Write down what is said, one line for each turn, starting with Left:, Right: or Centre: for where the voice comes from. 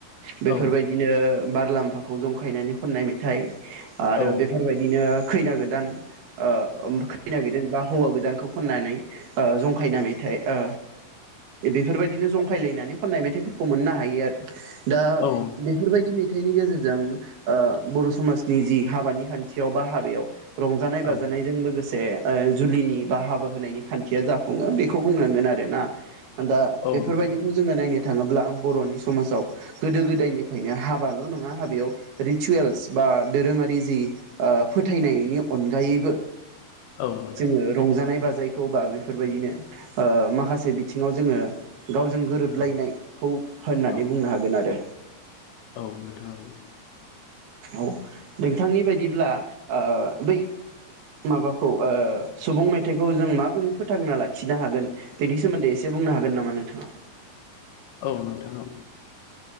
Right: बेफोरबायदिनो।
Left: औ
Right: बारलाम्फाखौ जंखायनानै खननाय मेथाइ। आरो
Left: औ
Right: बेफोरबायदिनो। खैना गोदान ओ। ओम खैना गोदान बा हौवा गोदान। खौ खननानै। ओ जंखायना मेथाइ ओ बेफोरबायदिनो जंखायलायनानै खननाय मेथाइफोरखौ मोननो हायो आरो। दा
Left: औ
Right: बेफोरबायदि मेथाइनि गेजेर। जों ओ बर' समाजनि जि हाबानि खान्थियाव बा हाबायाव। रंजानाय बाजानायजों
Left: औ
Right: लोगो। ए ओ जुलिनि बा हाबा होनायनि खान। थिया जाफुङो बेखौ बुंनांगोन आरो ना। दा
Left: औ
Right: बेफोरबायदिखौ
Left: नोंथां
Right: जोङो नायनो। थाङोब्ला बर'नि समाजाव गोदो गोदायनिफ्रायनो हाबाल' नङा हाबायाव रिसुयेल्स बा दोरोङारि जि फोथायनायनि अनगायैबो।
Left: औ नोंथां
Right: जोङो रंजानाय बा। जायखौ बाबो। बेफोरबायदिनो ओ माखासे बिथिङाव जोङो। गावजों गोरोबलायनाय
Left: औ
Right: खौ होननानै
Left: औ
Right: बुंनो हागोन आरो।
Left: औ नोंथा औ।
Right: औ नोंथांनि बायदिब्ला ओ बै। माबाखौ ओ। सुबुं मेथाइखौ जों माबोरै फोथांना लाखिनो हागोन बेनि सोमोन्दै एसे बुंनो हागोन नामा नोंथाङा?
Left: औ नोंथां औ।